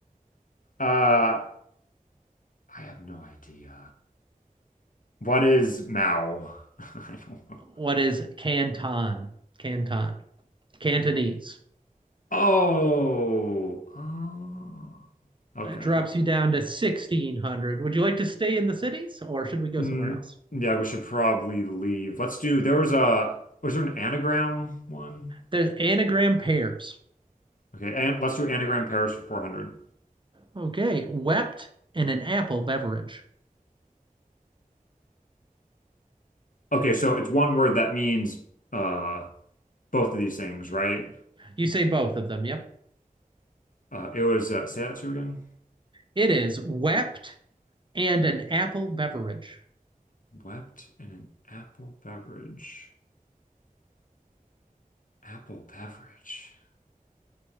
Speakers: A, on the left; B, on the right.
A: uh, I have no idea. What is Mao? <laughs> I don't know.
B: What is Canton? Canton, Cantonese.
A: Oh, oh. Okay.
B: That drops you down to sixteen hundred. Would you like to stay in the cities, or should we go
A: Mm,
B: somewhere else?
A: yeah, we should probably leave. Let's do, there was a, was there an anagram one?
B: There's anagram pears.
A: Okay, and let's do anagram Paris for 400.
B: Okay, wept and an apple beverage.
A: Okay, so it's one word that means uh both of these things, right?
B: You say both of them. Yep.
A: Uh, it was uh, say that to you again.
B: It is wept and an apple beverage.
A: Wept in an apple beverage. Apple beverage.